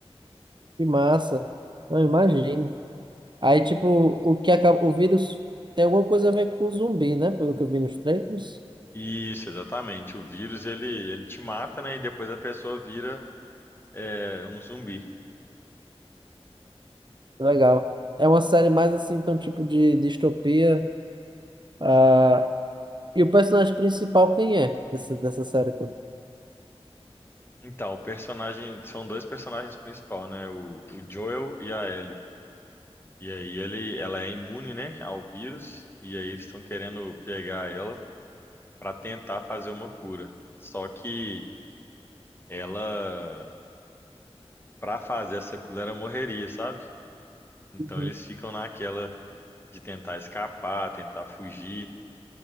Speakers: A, on the right; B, on the left.
A: Que massa. Não, imagino. Aí, tipo, o que acaba, o vírus tem alguma coisa a ver com zumbi, né? Pelo que eu vi nos trailers.
B: Isso, exatamente. O vírus ele, ele te mata, né? E depois a pessoa vira é, um zumbi.
A: Legal. É uma série mais assim, então, tipo de distopia. ah E o personagem principal, quem é desse, dessa série toda?
B: Então, o personagem são dois personagens principais, né? O, o Joel e a Ellie. E aí ele, ela é imune, né, ao vírus, e aí eles estão querendo pegar ela para tentar fazer uma cura. Só que ela, para fazer essa cura, ela morreria, sabe? Então
A: Uhum.
B: eles ficam naquela de tentar escapar, tentar fugir